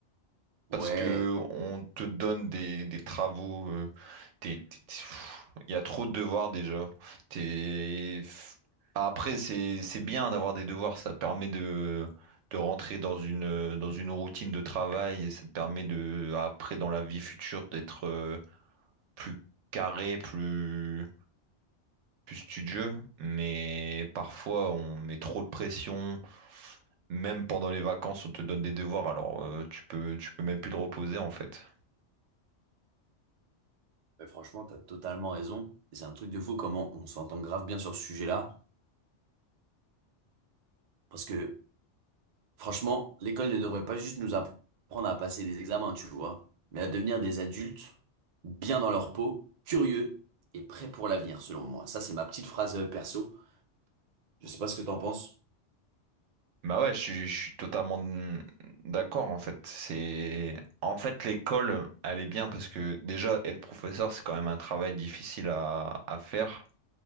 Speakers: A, on the right (about 55°); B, on the right (about 75°).
A: Ouais,
B: parce que on te donne des, des travaux, euh, des- des- pff, il y a trop de devoirs déjà. T'es- Après, c'est c'est bien d'avoir des devoirs, ça te permet de, de rentrer dans une, euh, dans une routine de travail et ça te permet de, après, dans la vie future, d'être euh, plus carré, plus, plus studieux. Mais parfois, on met trop de pression. Même pendant les vacances, on te donne des devoirs, alors euh, tu peux, tu peux même plus te reposer en fait.
A: mais franchement, t'as totalement raison. Et C'est un truc de fou comment on s'entend grave bien sur ce sujet-là, parce que franchement, l'école ne devrait pas juste nous app- apprendre à passer des examens, tu vois, mais à devenir des adultes, bien dans leur peau, curieux et prêts pour l'avenir, selon moi. Ça, c'est ma petite phrase euh, perso. Je sais pas ce que t'en penses.
B: Bah ouais, je, suis je suis totalement d'accord en fait. C'est en fait l'école, elle est bien parce que déjà être professeur, c'est quand même un travail difficile à, à faire,